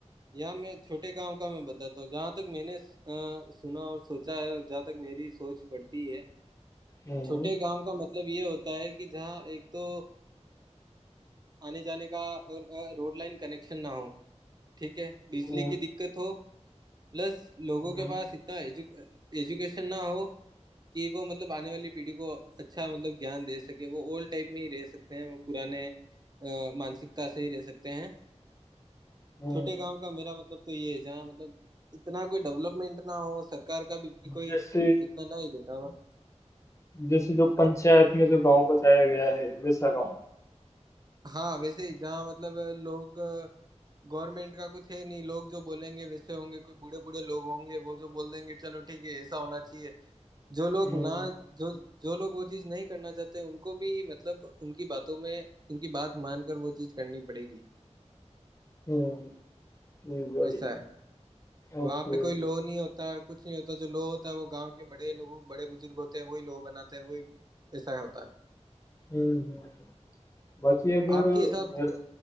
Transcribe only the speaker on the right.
यहाँ मैं छोटे गांव का मैं बताता हूँ जहाँ तक मैंने अ, सुना और सोचा है और जहाँ तक मेरी सोच पड़ती है
छोटे गांव का मतलब ये होता है कि जहाँ एक तो अ, आने जाने का और रोड लाइन कनेक्शन ना हो ठीक है बिजली
की दिक्कत हो प्लस लोगों
के पास इतना एजु, एजुकेशन ना हो कि वो मतलब आने वाली पीढ़ी को अच्छा मतलब ज्ञान दे सके वो ओल्ड टाइप में ही रह सकते हैं वो पुराने अ, मानसिकता से ही रह सकते हैं
छोटे गांव का मेरा मतलब तो ये है जहाँ मतलब इतना कोई डेवलपमेंट ना हो सरकार का भी कोई
इतना ना ही देता हो
हाँ वैसे ही जहाँ मतलब लोग गवर्नमेंट का कुछ है नहीं लोग जो बोलेंगे वैसे होंगे कोई बूढ़े बूढ़े लोग होंगे वो जो बोल देंगे चलो ठीक है ऐसा होना चाहिए जो लोग
ना जो जो लोग वो चीज नहीं करना चाहते उनको भी मतलब उनकी बातों में उनकी बात मानकर वो चीज करनी पड़ेगी
वैसा है वहां
पे कोई लो नहीं होता कुछ नहीं होता जो लो होता है वो गांव के बड़े लोग बड़े बुजुर्ग होते हैं वही लो बनाते हैं वही ऐसा होता है
आपके
हिसाब